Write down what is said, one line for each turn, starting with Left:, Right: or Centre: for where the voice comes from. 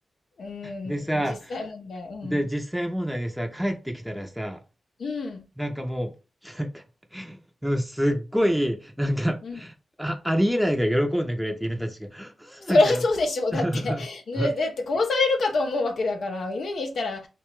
Left: ん、
Centre: でさ、
Left: 実際問題、うん。
Centre: で、実際問題でさ、帰ってきたらさ、
Left: うん。
Centre: なんかもう、なんか、うん、すっごい、なんか、
Left: うん。
Centre: あ、ありえないぐらい喜んでくれて犬たちが、<laughs> ふーみたいな。
Left: そりゃそうでしょう。
Centre: <laughs>
Left: だって、<laughs> ね、だって殺されるかと思うわけだから、犬にしたら、